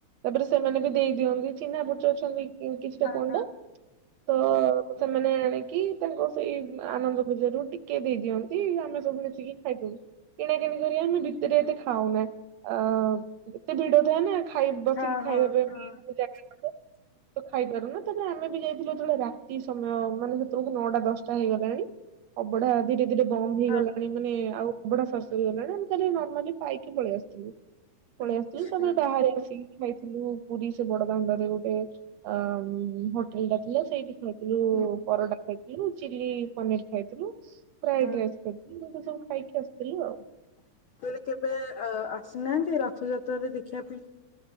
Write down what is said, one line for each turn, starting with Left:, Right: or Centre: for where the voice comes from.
Right: ତାପରେ ସେମାନେ ବି ଦେଇ ଦିଅନ୍ତି ଚିହ୍ନାପରିଚିତ ଅଛନ୍ତି। ଏ କିଛିଟା
Left: ହଁ
Right: ପଣ୍ଡା ତ ସେମାନେ କି ତାଙ୍କ ସେଇ ଆନନ୍ଦ ବଜାର ରୁ ଟିକେ ଦେଇ ଦିଅନ୍ତି ଆମେ ମିି ଲୁଚିକି ଖାଇଦଉ, କିଣାକିଣି କରି ଆମେ ଭିତରେ ଏତେ ଖାଉନା। ଆ ଏତେ ଭିଡ ଥାଏ ନା। ଖାଇ ବସିକି
Left: ହଁ ହଁ ହଁ
Right: ଖାଇବା ପାଇଁ,
Left: ହଁ ହଁ
Right: ଏ ଜାଗା ହବ।
Left: <inaudible>
Right: ଖାଇପାରୁ ନା ତାପରେ ଆମେ ବି ଯାଇଥିଲୁ ଯେତେବେଳେ ରାତି ସମୟ ମାନେ ସେତେବେଳକୁ ନଅଟା ଦଶଟା ହେଇଗଲାଣି। ଅବଢା ଆଦିରେ ରାତିରେ ବନ୍ଦ ହେଇଗଲାଣି
Left: ହଁ।
Right: ମାନେ ଆଉ ଅବଢା ସରି ସରି ଗଲାଣି ଆମେ କାଲି ନର୍ମାଲି ପାଇକି ପଳେଇ ଆସିଥିଲୁ। ପଳେଇ
Left: ଆଚ୍ଛା
Right: ଆସିଥିଲି ତାପରେ ବାହାରେ ଆସିକି ଖାଇ ଥିଲୁ ପୁରୀ ସେ ବଡଦାଣ୍ଡରେ ଗୋଟେ ଅ ମଁ ହୋଟେଲ ଟା ଥିଲା ସେଇଠି ଖାଇଥିଲୁ
Left: ହୁଁ
Right: ପରଟା ଖାଇଥିଲୁ ଚିଲ୍ଲୀ ପନିର ଖାଇଥିଲୁ। ଫ୍ରାଇଡ
Left: ହଁ
Right: ରାଇସ୍ ଖାଇଥିଲୁ ଏମିତି ସବୁ ଖାଇକି ଆସିଥିଲୁ ଆଉ।
Left: ମୁଁ କହିଲି କେବେ ଅ ଆସିନାହାନ୍ତି ରଥଯାତ୍ରରେ ଦେଖିବା ପାଇଁ?